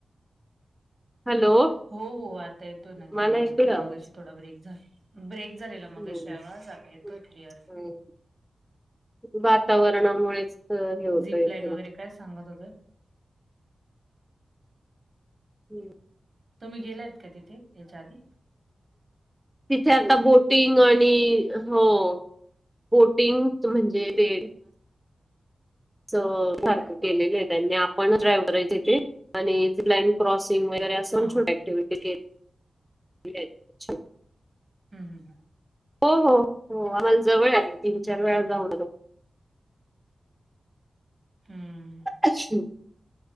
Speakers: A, in the centre; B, on the right.
A: हॅलो
B: हो हो आता येतोय ना
A: मला
B: क्लिअर येतोय
A: आवाज
B: मग अशी थोडा ब्रेक झाला. ब्रेक झालेला
A: हम्म
B: मगाशी आवाज आता येतोय
A: हम्म
B: क्लिअर.
A: वातावरणामुळेच हे होतय
B: झीप लाईन
A: थोडं.
B: वगैरे काय सांगत होत.
A: हम्म.
B: तुम्ही गेलात का तिथे याच्या आधी
A: तिथे आता बोटिंग आणि हो बोटिंग म्हणजे ते स सारखं केलेली आहे त्यांनी आपणच ड्रायव्ह करायची ते. आणि ईन क्रॉसिंग वगैरे असं
B: हा
A: पण
B: हा
A: छोट्या ऍक्टिव्हटी <inaudible>
B: हम्म हम्म हम.
A: हो हो हो आम्हांला जवळं आं तीनं चार वेळां जाऊंन आलो.
B: हम्मं.
A: अच्छा.